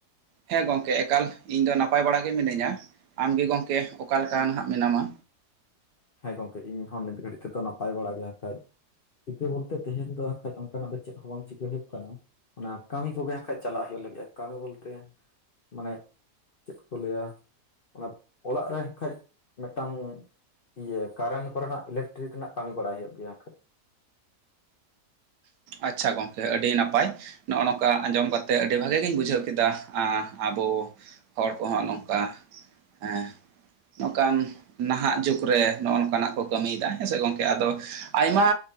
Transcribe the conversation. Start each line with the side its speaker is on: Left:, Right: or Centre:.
Right: ᱦᱮᱸ ᱜᱚᱢᱠᱮ ᱮᱠᱟᱞ ᱤᱧ ᱫᱚ ᱱᱟᱯᱟᱭ ᱵᱟᱲᱟ ᱜᱮ ᱢᱤᱱᱟᱹᱧᱟ ᱟᱢ ᱜᱮ ᱜᱚᱢᱠᱮ ᱚᱠᱟ ᱞᱮᱠᱟ ᱱᱟᱦᱟᱜ ᱢᱮᱱᱟᱢᱟ?
Left: ᱦᱮᱸ ᱜᱚᱢᱠᱮ ᱤᱧᱦᱚᱸ ᱱᱤᱛ ᱜᱷᱟᱹᱲᱤᱡ ᱛᱮᱫᱚ ᱱᱟᱯᱟᱭ ᱵᱟᱲᱟ ᱜᱮ ᱮᱱᱠᱷᱟᱡ ᱪᱤᱠᱟᱹ ᱵᱚᱞᱛᱮ ᱛᱮᱦᱮᱧ ᱫᱚ ᱮᱱᱠᱷᱟᱱ ᱚᱱᱠᱟᱱᱟᱜ ᱫᱚ ᱪᱮᱫ ᱦᱚᱸ ᱵᱟᱝ ᱪᱤᱠᱟᱹ ᱦᱩᱭᱩᱜ ᱠᱟᱱᱟ ᱾ ᱚᱱᱟ ᱠᱟᱹᱢᱤ ᱠᱚᱜᱮ ᱮᱱᱠᱷᱟᱡ ᱪᱟᱞᱟᱜ ᱦᱩᱭᱩᱜ ᱞᱟᱹᱜᱤᱫᱼᱟ ᱠᱟᱹᱢᱤ ᱵᱚᱞᱛᱮ ᱢᱟᱱᱮ ᱪᱮᱫ ᱠᱚ ᱞᱟᱹᱭᱟ ᱚᱱᱟ ᱚᱲᱟᱜ ᱨᱮ ᱠᱷᱟᱱ ᱢᱤᱫᱴᱟᱝ ᱤᱭᱟᱹ ᱠᱟᱨᱮᱱᱴ ᱠᱚᱨᱮᱱᱟᱜ ᱤᱞᱮᱠᱴᱨᱤᱠ ᱨᱮᱱᱟᱜ ᱠᱟᱹᱢᱤ ᱵᱟᱲᱟᱭ ᱦᱩᱭᱩᱜ ᱜᱮᱭᱟ᱾
Right: ᱟᱪᱪᱷᱟ ᱜᱚᱢᱠᱮ ᱟᱹᱰᱤ ᱱᱟᱯᱟᱭ ᱱᱚᱜᱼᱚᱭ ᱱᱚᱝᱠᱟ ᱟᱸᱡᱚᱢ ᱠᱟᱛᱮᱜ ᱟᱹᱰᱤ ᱵᱷᱟᱜᱮ ᱜᱤᱧ ᱵᱩᱡᱷᱟᱹᱣ ᱠᱮᱫᱟ ᱟᱵᱚ ᱦᱚᱲ ᱠᱚᱦᱚᱸ ᱱᱚᱝᱠᱟ ᱦᱮᱸ ᱱᱚᱝᱠᱟᱱ ᱱᱟᱦᱟᱜ ᱡᱩᱜᱽ ᱨᱮ ᱱᱚᱜᱼᱚᱭ ᱱᱚᱝᱠᱟᱱᱟᱜ ᱠᱚ ᱠᱟᱹᱢᱤᱭᱮᱫᱟ ᱦᱮᱸ ᱥᱮ ᱜᱚᱢᱠᱮ ᱟᱫᱚ ᱟᱭᱢᱟ